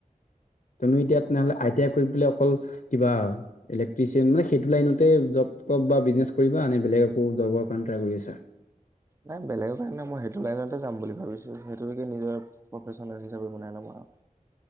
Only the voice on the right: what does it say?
নাই বেলেগৰ কাৰণে মই সেইটো লাইনতে যাম বুলি ভাবিছো সেইটো কি নিজৰ প্ৰফেচনেল হিচাপে বনাই লম আও।